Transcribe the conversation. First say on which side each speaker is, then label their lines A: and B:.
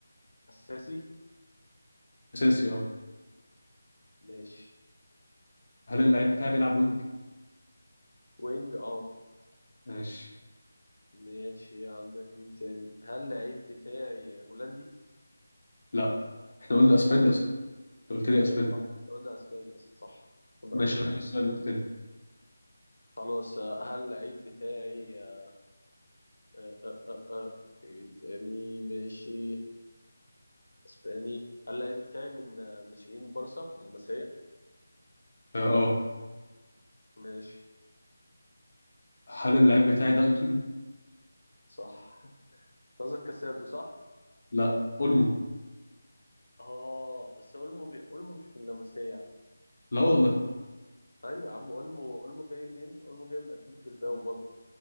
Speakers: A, on the left; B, on the left.
A: اساسي
B: اساسي اه
A: ماشي
B: هل اللعيب بتاعي بيلعب وينج
A: وينج اه
B: ماشي
A: ماشي عندك مين تاني هل اللعيب بتاعي هولندي
B: لا احنا قلنا اسباني اصلا انت قلت لي اسباني
A: اه إحنا قلنا اسباني اصلا صح انا
B: ماشي
A: تهت
B: غير السؤال وقول تاني
A: خلاص آه، هل اللعيب بتاعي آه، آه، آه، آه، في مين تاني ماشي اسباني هل اللعيب بتاعي من آه، ناشئين بارسا لمسية
B: اه آه.
A: ماشي
B: هل اللاعب بتاعي ده انتوني؟
A: صح قصدك كاسادو صح
B: لا اولمو
A: اه بس اولمو اولمو مش من لمسية يا عم
B: لا والله
A: ايوه يا عم اولمو اولمو جاي منين اولمو جاي من اتلتيك بالباو برضو